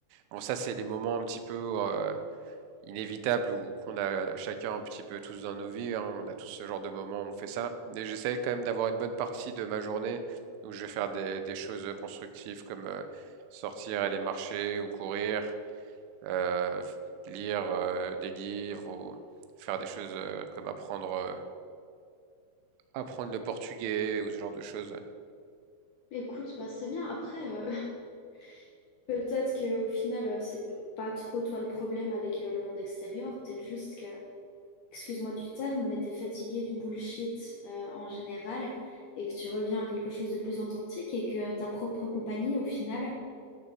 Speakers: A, on the right; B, on the left.
A: bon, ça c'est les moments un petit peu. euh, inévitable ou qu'on a chacun un petit peu tous dans nos vies. hein, on a tous ce genre de moments, où on fait ça. Mais j'essaie quand même d'avoir une bonne partie de ma journée où je vais faire des, des choses constructives comme euh, sortir, aller marcher ou courir, euh, lire euh, des livres ou faire des choses euh, comme apprendre, euh, apprendre le portugais ou ce genre de choses.
B: Écoute, bah c'est bien. Après, euh, <laughs> peut-être qu'au final, euh, c'est pas trop toi le problème avec euh, le monde extérieur. Peut-être juste que, excuse-moi du terme, mais t'es fatigué du bullshit euh, en général et que tu reviens à quelque chose de plus authentique et que ta propre compagnie, au final,